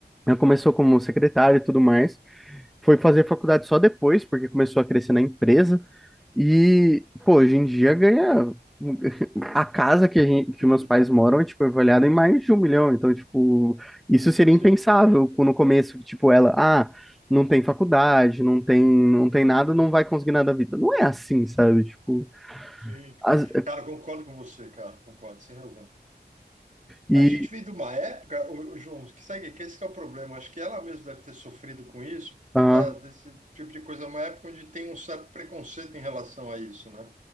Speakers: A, in the centre; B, on the right.
A: ela começou como secretária e tudo mais, foi fazer
B: Uhum.
A: faculdade só depois, porque começou a crescer na empresa. E, pô, hoje em dia ganha. <laughs> A casa que, a gente, que
B: <laughs>
A: meus pais moram é, tipo, avaliada em mais de um milhão. Então, tipo, isso seria
B: Sim,
A: impensável co- no começo, tipo, ela, ah, não tem faculdade, não tem, não tem nada,
B: sim,
A: não vai conseguir nada da vida. Não é assim, sabe? Tipo,
B: sim.
A: as-
B: Cara, concordo com você, cara, concordo, sem razão.
A: e.
B: A gente veio de uma época, ô, ô, João, que segue, que esse que é o problema. Acho que ela mesma deve ter sofrido com isso, por
A: Aham,
B: conta desse tipo de coisa, uma época onde tem um certo preconceito em relação a isso, né?